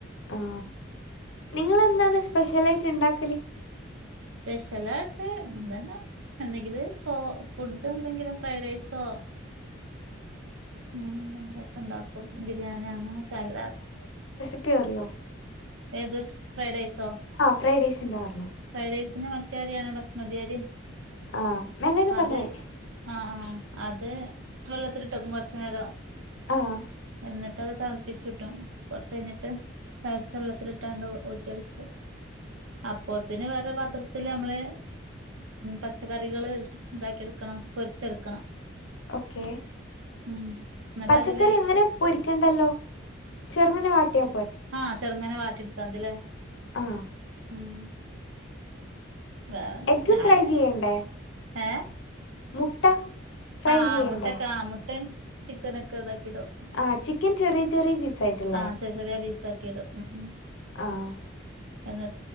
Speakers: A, on the left (about 70°); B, on the right (about 85°).
A: ആ നിങ്ങളെന്താണ് സ്പെഷ്യലായിട്ട് ഉണ്ടാക്കല്
B: സ്പെഷ്യലായിട്ട് നമ്മളന്നാ എന്തെങ്കില് ചോ ഫുഡ് എന്തെങ്കിലും ഫ്രൈഡ് റൈസോ ഉ എന്തെങ്കിലൊക്കെ ഉണ്ടാക്കും ബിരിയാണി അങ്ങനെയൊക്കെ അല്ലാ
A: പറിയോ <unintelligible>
B: ന്ത്‌ ഫ്രൈഡ് റൈസോ
A: ഫ്രൈഡ് റൈസിൻ്റെ പറഞ്ഞോ
B: ഫ്രൈഡ് റൈസിന് മാറ്റയരിയാണ് ബസ്മതിയരി
A: ആ മെല്ലാണ്
B: അത്
A: പറഞ്ഞാൽ
B: ആഹ ആഹ അത് വെള്ളത്തിലി ട്ട് വെക്കും കുറച്ചു നേരം
A: ആഹ
B: എന്നിട്ട് അത് തിളപ്പിച്ചിട്ടും കുറച്ച് കഴിഞ്ഞിട്ട് തിളച്ച വെള്ളത്തിലിട്ടാണ്ട് ഒരു എടുക്കും അപ്പത്തിന് വേറെ പാത്രത്തില് നമ്മള് പച്ചക്കറികള് ഇതാക്കി എടുക്കണം പൊരിച്ചെടുക്കണം
A: ഓക്കെ
B: ഉം എന്നിട്ട്
A: പച്ചക്കറി
B: അതിലേക്ക്
A: എങ്ങനെ പൊരിക്കണ്ടല്ലോ ചെറുങ്ങനെ വാട്ടിയ
B: ആഹ ചെറുങ്ങനെ വാട്ടി എടുത്താമതില്ലേ
A: ആ
B: ഉം വന്ത
A: എഗ്ഗ് ഫ്രൈ
B: ആയാ
A: ചെയ്യണ്ടേ
B: ആഏ <unintelligible>
A: മുട്ട ഫ്രൈ
B: ആഹ്
A: ചെയ്യണ്ടേ
B: ആ മുട്ടൊക്കെ ആമുട്ടയും ചിക്കനൊക്കെ ഇതൊക്കെ ക്കിടും
A: ആ ചിക്കൻ ചെറിയ ചെറിയ പീസ് ആയിട്ടല്ലേ
B: ആ ചെറിയ ചെറിയ പീസ് ആക്കിടും ഉ ഉം
A: ആഹ
B: എന്ന